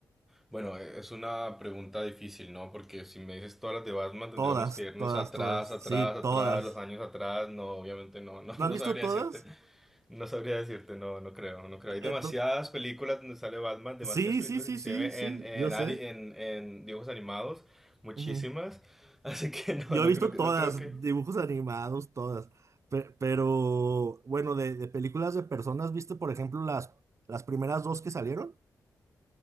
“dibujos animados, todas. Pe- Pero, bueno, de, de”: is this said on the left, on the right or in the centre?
Right